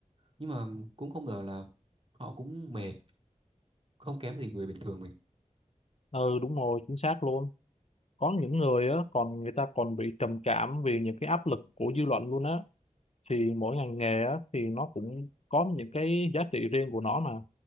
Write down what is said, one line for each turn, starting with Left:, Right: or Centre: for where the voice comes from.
Right: nhưng mà cũng không ngờ là họ cũng mệt, không kém gì người bình thường mình.
Left: ừ đúng rồi chính xác luôn có những người á còn người ta còn bị trầm cảm vì những cái áp lực của dư luận luôn á thì mỗi ngành nghề á thì nó cũng có những cái giá trị riêng của nó mà